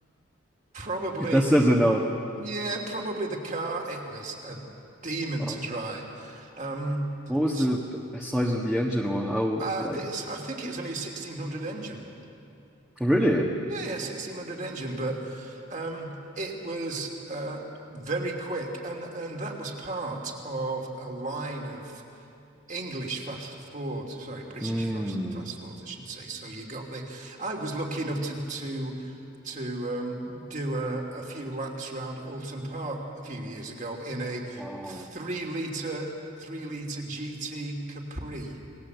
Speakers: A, on the right (about 40°); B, in the centre.
A: Probably,
B: says enough.
A: yeah, probably the car. It was a demon
B: Uh,
A: to drive. Um,
B: What was
A: s-
B: the size of the engine, or how?
A: uh,
B: Like,
A: this, I think it was only a 1600 engine.
B: oh, really?
A: Yeah, yeah, 1600 engine, but um, it was uh, very quick, and and that was part of a line of English fast forward, sorry, British
B: Hmm.
A: fast fast forwards, I should say. So you got the. I was lucky enough to to to um, do a, a few laps around Alton Park a few years ago in a
B: Oh,
A: three liter three liter GT Capri,